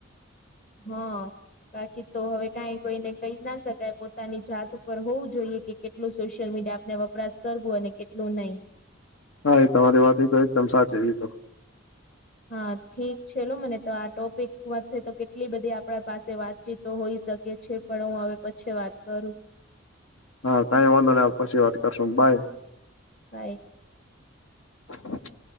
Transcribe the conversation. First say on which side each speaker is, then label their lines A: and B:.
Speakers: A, on the left (about 40°); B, on the left (about 85°).
A: હા. બાકી તો હવે કઈ કોઈને કઈ ના શકાય પોતાની જાત ઉપર હોવું જોઈએ કે કેટલું સોશિયલ મીડિયા આપને વપરાશ કરવું અને કેટલું નહી.
B: હા એ તમારી વાત એ તો એકદમ સાચી એ તો.
A: હા ઠીક છે લો મને તો આ ટોપિકમાં થ તો કેટલી બધી આપણા પાસે વાતચીત તો હોઈ શકે છે પણ હું હવે પછી વાત કરું.
B: હા કાઈ વાંધો ન પછી વાત કરશો બાય.
A: બાય.
B: <inaudible>